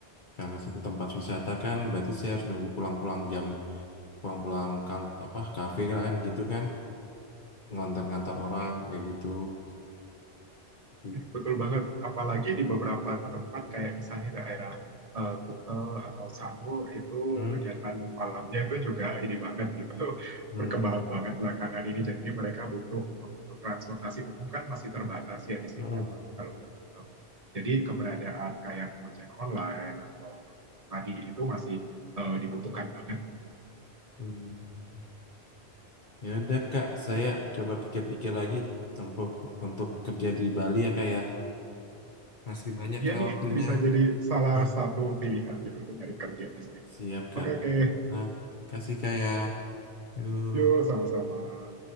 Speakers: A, on the left; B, on the right.
A: karena situ tempat wisata kan, berarti saya harus nunggu pulang-pulang jam, pulang-pulang kan apa kafe kan gitu kan, ngantar-ngantar orang
B: sih.
A: kayak gitu. Gitu.
B: Betul banget. Apalagi di beberapa tempat kayak misalnya daerah eh, Kuta atau Sanur itu
A: Hmm.
B: kegiatan malamnya itu juga ini banget gitu. <laughs>
A: Hmm.
B: Berkembang banget belakangan ini. Jadi mereka butuh eh, untuk transportasi umum kan masih terbatas ya di sini
A: Hmm.
B: apalagi kalau udah malam. Jadi keberadaan kayak ojek online atau tadi itu masih eh, dibutuhkan banget.
A: Hmm. Ya udah Kak, saya coba pikir-pikir lagi untuk untuk kerja di Bali ya Kak ya. Masih banyak Kak
B: ya nih
A: waktunya.
B: bisa jadi salah
A: Nah,
B: satu pilihan gitu untuk nyari kerja di sini.
A: siap Kak.
B: Oke oke.
A: Nah, kasih Kak ya. Yuk.
B: Yuk sama-sama.